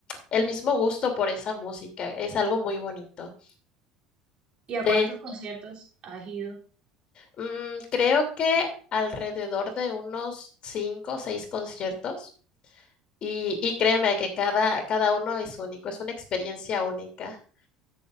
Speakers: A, on the left; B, on the right.
A: el mismo gusto por esa música. Es algo muy bonito.
B: ¿Y
A: De
B: a cuántos conciertos has ido?
A: Mm, creo que alrededor de unos cinco o seis conciertos y, y créeme que cada, cada uno es único, es una experiencia única.